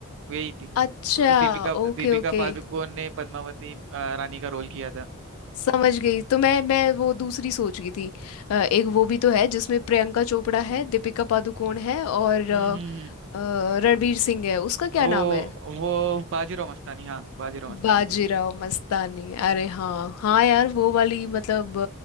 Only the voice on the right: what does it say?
यही थी
उ- दीपिका
दीपिका
पादुकोण ने पद्मावती अ, रानी का रोल किया था
हम्म
हम्म
हम्म।
वो
वो बाजीराव मस्तानी हाँ बाजीराव मस्तानी
थी वो